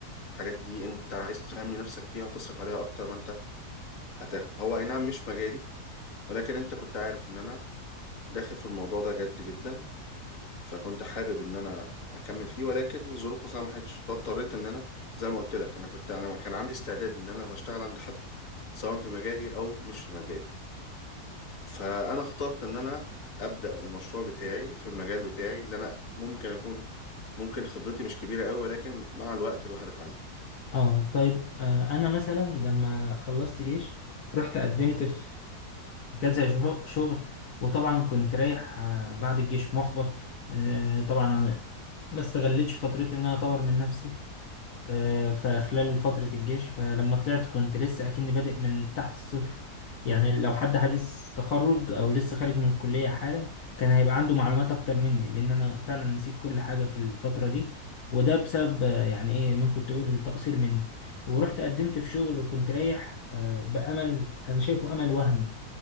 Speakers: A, on the left; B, on the left.
A: الحاجات دي انت عايز تنمي نفسك فيها وتصرف عليها اكتر ما انت هتاخد هو اي نعم مش مجالي ولكن انت كنت عارف ان انا داخل في الموضوع ده جد جدا فكنت حابب ان انا اكمل فيه ولكن الظروف ما سمحتش فاضطريت ان انا زي ما قلت لك انا كنت انا كان عندي استعداد ان انا لو هشتغل عند حد سواء في مجالي او مش في مجالي فانا اخترت ان انا ابدا المشروع بتاعي في المجال بتاعي اللي انا ممكن اكون ممكن خبرتي مش كبيره قوي ولكن مع الوقت الواحد اتعلم
B: اه طيب آه انا مثلا لما خلصت جيش رحت قدمت في كذا شه- شغل وطبعا كنت رايح آه بعد الجيش محبط آه طبعا انا ما استغلتش فترتي ان انا اطور من نفسي آه، فخلال فترة الجيش فلما طلعت كنت لسه أكني بادئ من تحت الصفر يعني لو حد حديث تخرج أو لسه خارج من الكلية حالا كان هيبقى عنده معلومات أكتر مني لأن أنا فعلا نسيت كل حاجة في الفترة دي وده بسبب آه، يعني إيه ممكن تقول تقصير مني ورحت قدمت في شغل وكنت رايح آه، بأمل أنا شايفه أمل وهمي